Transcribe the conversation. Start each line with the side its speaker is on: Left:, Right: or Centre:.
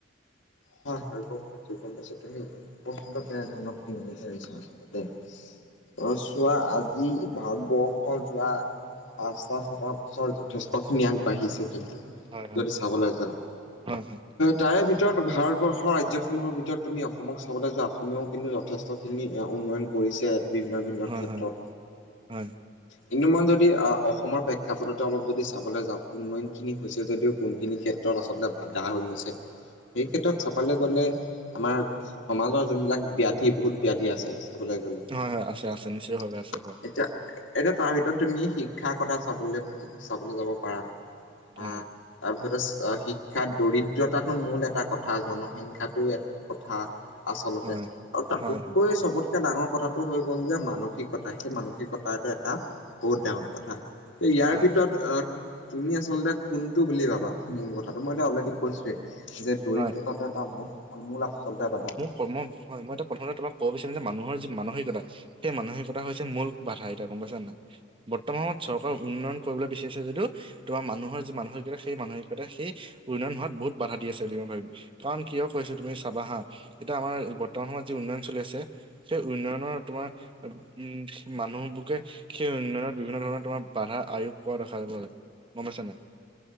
Left: হয় হয় গম পাইছো গম পাইছো তুমি প্ৰসঙ্গ কেনে ধৰণৰ শুনিব বিচাৰিছা আচলতে অহ চোৱা আজি ভাৰতবৰ্ষ যোৱা পাঁচটাছ শতাব্ <unintelligible> ছৰ যথেষ্ট খিনি আগবাঢ়িছে কিন্তু
Right: হয় হয়
Left: যদি চাবলৈ যাওঁ
Right: হয় হয়
Left: তাৰে ভিতৰত ভাৰতবৰ্ষৰ ৰাজ্যসমূহৰ ভিতৰত তুমি অসমক চাবলৈ যোৱা অসমেও কিন্তু যথেষ্টখিনি উন্নয়ন কৰিছে বিভিন্ন বিভিন্ন
Right: হয়
Left: ক্ষেত্ৰত
Right: হয় হয়
Left: কিন্তু মই যদি অসমৰ প্ৰেক্ষাপথতে অলপ যদি চাবলৈ যাওঁ উন্নয়নখিনি হৈছে যদিও কোনখিনি ক্ষেত্ৰত আচলতে বাধা হৈ গৈছে সেই ক্ষেত্ৰত চাবলৈ গ'লে আমাৰ সমাজৰ যোনবিলাক ব্যাধি বহুত ব্যাধি আছে চাবলে গ'লে
Right: হয় হয় আছে আছে
Left: এতিয়া
Right: নিশ্চয় ভাৱে আছে হয়
Left: এতিয়া তাৰ ভিতৰত তুমি শিক্ষাৰ কথা চাবলে চাবলৈ যাব পাৰা আহ
Right: হয়
Left: তাৰপিছতে শিক্ষাৰ দৰিদ্ৰতাটো মূল এ এটা কথা জনসংখ্যাটো এটা কথা আচলতে
Right: হয়
Left: আৰু তাতো
Right: হয় হয়
Left: তকৈ চবত আটাইতকৈ ডাঙৰ কথাটো হৈ গ'ল যে মানসিকতা সেই মানসিকতাটো এটা বহুত ডাঙৰ কথা ইয়াৰ
Right: হয়
Left: ভিতৰত
Right: হয়
Left: অহ তুমি আচলতে কোনটো বুলি ভাবা মূল কথাটো মই অলৰেডি কৈছোৱে যে দৰিদ্ৰতাটো
Right: হয়
Left: এটা মূল আচলতে বাধা
Right: কমম হয় মই এটা প্ৰথমতে তোমাক ক'ব বিচাৰিম যে মানুহৰ যি মানসিকতা সেই মানসিকতা হৈছে মূল বাধা এতিয়া গম পাইছা নাই বৰ্তমানত চৰকাৰ উন্নয়ন কৰিবলৈ বিচাৰিছে যদিও তোমাৰ মানুহৰ যি মানসিকতা সেই মানসিকতা সেই উন্নয়ন হোৱাত বহুত বাধা দি আছে বুলি মই ভাবিম কাৰণ কিয় কৈছো তুমি চাবা হা এতিয়া আমাৰ বৰ্তমান সময়ত যি উন্নয়ন চলি আছে সেই উন্নয়নৰ তোমাৰ উম মানুহবোকে সেই উন্নয়নত বিভিন্ন ধৰণৰ তোমাৰ বাধা আয়োগ কৰা দেখা যাব গম পাইছানাই